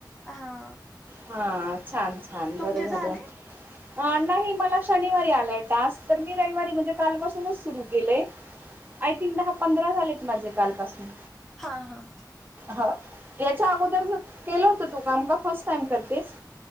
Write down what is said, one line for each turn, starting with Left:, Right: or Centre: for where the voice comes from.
Centre: हा
Right: हा छान छान
Centre: तुमचे
Right: बरं
Centre: झाले
Right: झालं नाही मला शनिवारी आलाय टास्क तर मी रविवारी म्हणजे काल पास सुनच सुरू केले आयथिंक दहा पंधरा झालेत माझे कालपासून
Centre: हा हा
Right: हा त्याच्या अगोदर केलं होतं तू काम का फर्स्ट टाइम करतेस?